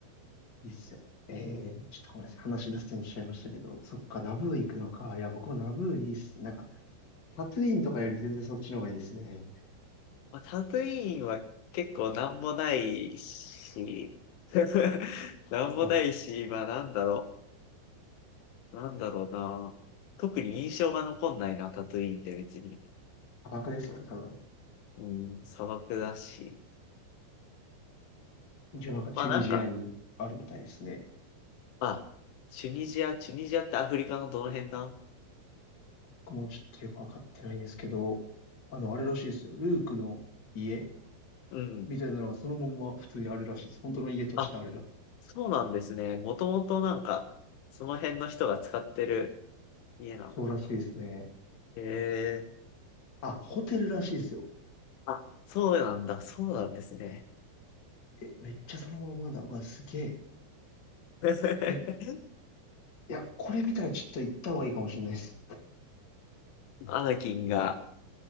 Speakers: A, on the left (about 25°); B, on the left (about 80°).
A: いいっすよ。えー、ちょっとごめんなさい。話脱線しちゃいましたけど、そっか、ナブー行くのか。いや、僕もナブーいいっす。なんかタトゥインとかより全然そっちの方がいいですね。
B: まあ、タトゥイーンは結構なんもないし、<laughs> なんもないし、
A: もうなんか、
B: まあなんだろう。なんだろうな。特に印象が残んないな、タトゥイーンって別に。
A: 砂漠ですよね、多分。
B: うん、砂漠だし。
A: 一応なんかチュニジアにあるみたいですね。
B: まあなんか、あ、チュニジア、チュニジアってアフリカのどの辺だ
A: 僕もちょっとよくわかってないんですけど、あの、あれらしいですよ。ルークの家
B: うん。
A: みたいなのがそのまんま普通にあるらしいです。本当の家としてあるらしい。
B: あ、そうなんですね。もともとなんか、その辺の人が使ってる家なのかな。
A: そうらしいですね。
B: へえ。
A: あ、ホテルらしいですよ。
B: あ、そうなんだ。そうなんですね。
A: え、めっちゃそのままだ。うわ、すげ
B: <laughs>
A: え。え、いや、これ見たらちょっと行った方がいいかもしれないです。
B: アナキンが、